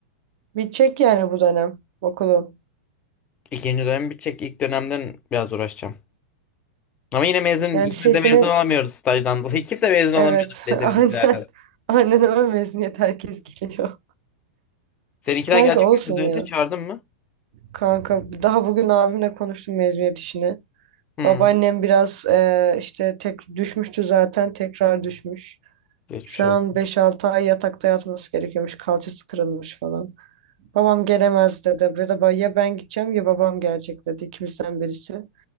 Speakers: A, on the right; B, on the left.
A: bitecek yani bu dönem okulum.
B: İkinci dönem bitecek. İlk dönemden biraz uğraşacağım. Ama yine mezun,
A: Yani
B: ikimiz
A: şey
B: de
A: senin
B: mezun olamıyoruz stajdan dolayı. <laughs> Kimse mezun
A: evet
B: olamıyordu neyse
A: <laughs> aynen
B: bizimkilerden.
A: aynen öyle mezuniyet herkes geliyor.
B: Seninkiler
A: Kanka
B: gelecek
A: olsun
B: mi mezun heyeti?
A: ya.
B: Çağırdın mı?
A: Kanka daha bugün abimle konuştum mezuniyet işini.
B: Hmm.
A: Babaannem biraz eee, işte tek düşmüştü zaten tekrar düşmüş.
B: Geçmiş
A: Şu
B: oldu.
A: an beş altı ay yatakta yatması gerekiyormuş. Kalçası kırılmış falan. Babam gelemez dedi. Ya da ba- ya ben gideceğim ya babam gelecek dedi. İkimizden birisi.